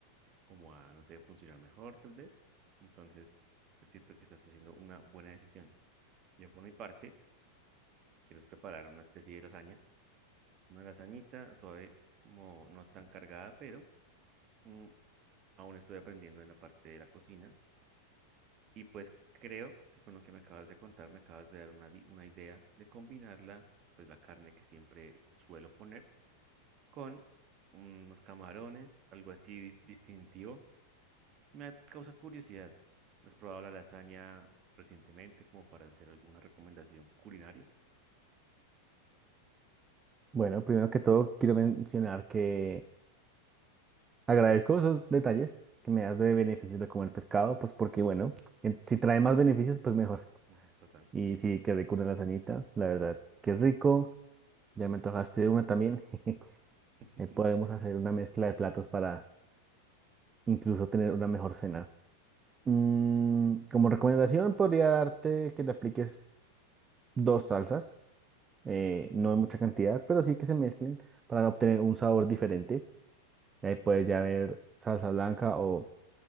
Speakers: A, on the right; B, on the right.
A: como a, no sé, funcionar mejor tal vez. Entonces, es cierto que estás haciendo una buena decisión. Yo por mi parte, quiero es preparar una especie de lasaña, una lasañita suave, como no tan cargada, pero mm, aún estoy aprendiendo en la parte de la cocina Y pues creo que con lo que me acabas de contar, me acabas de dar una, di- una idea de combinarla, pues la carne que siempre suelo poner con unos camarones, algo así distintivo. Me ha- causa curiosidad. ¿Has probado la lasaña recientemente como para hacer alguna recomendación culinaria?
B: Bueno, primero que todo quiero mencionar que agradezco
A: Mm,
B: esos detalles que me das de beneficios de comer pescado, pues porque bueno, en- si trae más beneficios, pues mejor.
A: ujú, Total.
B: Y sí, quedé rico una lasañita, la verdad, qué rico. Ya me antojaste de una también. <laughs>
A: <laughs>
B: Ahí podemos hacer una mezcla de platos para incluso tener una mejor cena. Mm, como recomendación, podría darte que le apliques dos salsas, eh, no
A: Ujú,
B: en mucha cantidad, pero sí que se mezclen para obtener un sabor diferente. Ahí puedes ya ver salsa blanca o